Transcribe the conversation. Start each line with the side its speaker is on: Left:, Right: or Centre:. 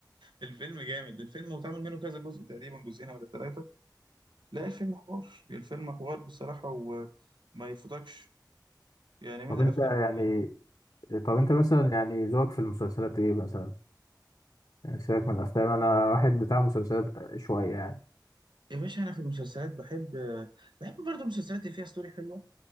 Right: الفيلم جامد الفيلم واتعمل منه كذا جزء تقريبا جزئين ولا ثلاثة لا الفيلم حوار الفيلم حوار بصراحة وما يفوتكش يعني من
Left: طب
Right: الأفلام
Left: انت يعني
Right: اللي
Left: طب
Right: مم.
Left: انت مثلا يعني ذوقك في المسلسلات ايه مثلا يعني سيبك من الافلام انا واحد بتاع مسلسلات شويه يعني
Right: يا باشا أنا في المسلسلات بحب بحب برضه المسلسلات اللي فيها ستوري حلوة